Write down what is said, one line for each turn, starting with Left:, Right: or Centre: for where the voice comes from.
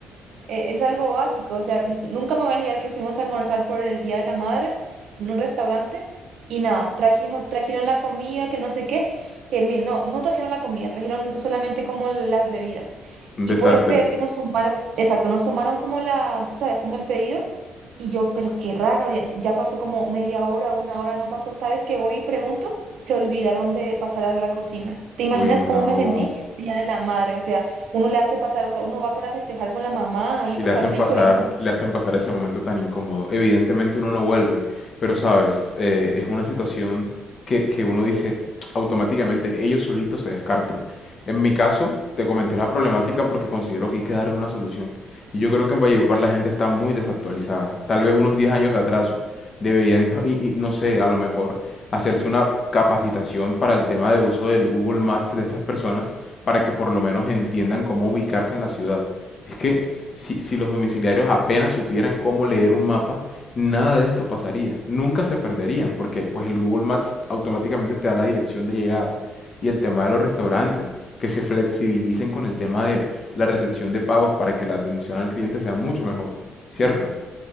Right: eh, es algo básico, o sea, n- nunca me voy a olvidar que fuimos a almorzar por el Día de la Madre en un restaurante y nada, trajimos, trajeron la comida, que no sé qué, que mi- no, no trajeron la comida, trajeron solamente como las bebidas.
Left: Un
Right: Y
Left: desastre.
Right: puedes creer que nos tomaron, exacto, nos tomaron como la, tú sabes, como el pedido. Y yo, pero qué raro, ya, ya pasó como media hora, una hora, no pasó, ¿sabes qué? Voy y pregunto, se olvidaron de pasar a la cocina. ¿Te imaginas
Left: Uy, no.
Right: cómo me sentí? Día de la Madre, o sea uno le hace pasar, o sea, uno va para festejar con la mamá y
Left: Y
Right: pasar
Left: le hacen
Right: rico
Left: pasar,
Right: y uno...
Left: le hacen pasar ese momento tan incómodo. Evidentemente uno no vuelve, pero sabes, Eh, es una situación que, que uno dice automáticamente, ellos solitos se descartan. En mi caso, te comenté la problemática porque considero que hay que darle una solución. Y yo creo que en Valledupar la gente está muy desactualizada, tal vez unos 10 años de atraso. Deberían, hijo- y, y no sé, a lo mejor hacerse una capacitación para el tema de uso del Google Maps de estas personas para que por lo menos entiendan cómo ubicarse en la ciudad. Es que si, si los domiciliarios apenas supieran cómo leer un mapa, nada de esto pasaría. Nunca se perderían, porque pues el Google Maps automáticamente te da la dirección de llegada. Y el tema de los restaurantes, que se flexibilicen con el tema de la recepción de pagos para que la atención al cliente sea mucho mejor, ¿cierto?